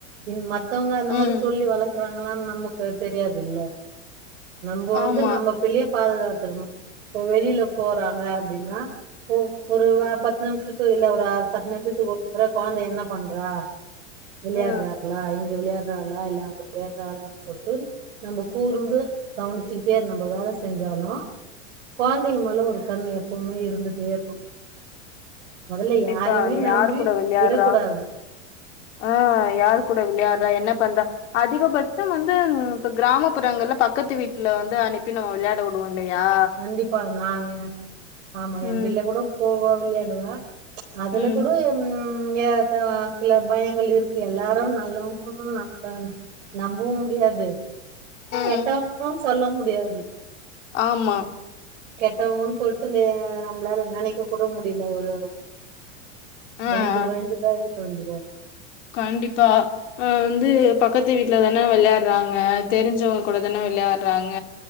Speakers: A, on the right; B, on the left.
A: பெண் ம மத்தவங்க அந்த
B: ம்.
A: மாரி சொல்லி வளக்குறாங்களான்னு நமக்கு தெரியாதுல்ல நம்போ
B: ஆமா.
A: வந்து நம்ம பிள்ளே பாதுகாத்துக்கணு இப்ப வெளியில போறாங்க அப்டின்னா போவ் ஒரு
B: ம்
A: வா பத்து நிமிஷத்துல இல்ல ஒரு அர பத்து நிமிஷத்துக்கு ஒரு முற கெழந்தை என்ன பண்றா விளையாட்றாப்ளா
B: ஆ
A: இங்க விளையாட்றாளா இல்ல அங்க விளையாட்றாளான்னு சொல்ட்டும் நம்ம கூர்ந்து கவனிச்சுக்கிட்டே நம்ம வேல செஞ்சாலு கொழந்தைங்க மேல ஒரு கண் எப்பவுமே இருந்துட்டே இருக்கணு மொதல்ல யாரையுமே
B: இப்ப
A: நம்பி
B: யாரு கூட விளையாட்றா
A: விடக்கூடாது
B: ஆ யாரு கூட விளையாட்றா என்ன பண்றா அதிகபட்சம் வந்து இப்ப கிராமப்புறங்கள்ல பக்கத்து வீட்ல வந்து அனுப்பி நம்ம விளையாட விடுவோல்லையா
A: கண்டிப்பா நாங்க ஆமா எ
B: ம்
A: பிள்ளக் கூட போவா விளையான்னுவா அதுல
B: ம்
A: கூட ம் எ சா சில பயங்கள் இருக்கு எல்லாரு நல்லவங்களு நம்புல நம்பவும் முடியாது கெட்டவங்கலு
B: ம்,
A: சொல்லவு முடியாது
B: ஆமா
A: கெட்டவங்கன் சொல்ட்டு நே நம்ளால நெனைக்க கூட முடியில ஒரு
B: ஆ
A: பயந்து
B: ஆ
A: பயந்துதா இருக்க வேண்டியதாருக்கு
B: கண்டிப்பா ஆ வந்து பக்கத்து வீட்ல தான விளையாட்றாங்க தெரிஞ்சவங் கூட தான விளையாட்றாங்க